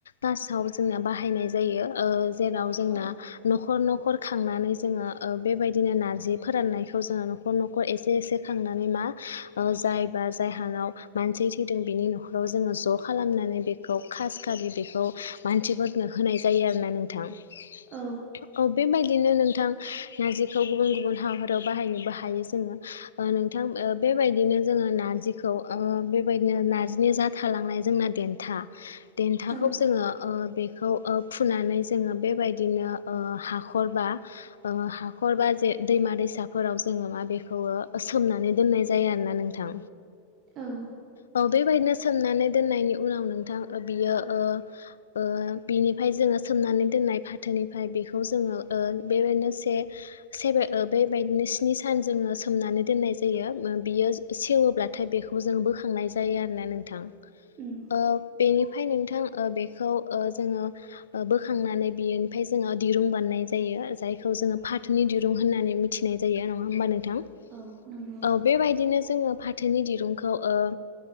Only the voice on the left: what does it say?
कासाव जोंना बाहायनाय जायो ओ जेराव जोंना
न'खर न'खर खांनानै जोङो ओ बेबायदिनो नारजि फोराननायखौ जोङो न'खर न'खर एसे एसे खांनानै मा ओ जाय बा जाय हानाव मानसि थैदों बिनि न'खराव जोङो ज' खालामनानै बेखौ खास खालि बेखौ मानसिफोरनो होनाय जायो आरोना नोंथां। ओ
बेबाय दिनो नोंथां नारजिखौ गुबन गुबुन हाबाफोराव बाहायनोबो हायो जोंङो ओ नोंथां ओ बे बेबायदिनो जोङो नार्जिखौ ओ बेबायदिनो नार्जिनि जा थालांनाय जोंना देन्था देन्थाखौ
जोङो ओ बेखौ ओ फुनानै जोङो बेबायदिनो ओ हाखरबा ओ हाखरबा जे दैमा- दैसाफोराव जोङो मा बेखौ सोमनानै दोननाय जायो आरोना नोंथां
औ बेबायदिनो सोमनानै दोननायनि उनाव नोंथां ओ बियो ओ ओ बिनिफाय जोङो सोमनानै दोननाय फाथोनिफ्राय बेखौ जोङो ओ बेबादिनो से से ओ बेबायदिनो स्नि सान जों ओ सोमनानै दोननाय जायो बियो सेवोब्लाथाय बेखौ जों बोखांनाय जायो आरोना नोंथां। ओ
बेनिफाय नोंथां ओ बेखौ ओ जोङो बोखांनानै बिनिफाय जोङो दिरुं बानानाय जायो जायखौ जोङो फाथोनि दिरुं होननानै मिथिनाय जायो नङा होमबा नों
औ बेबायदिनो जोङो फाथोनि दिरुंखौ ओ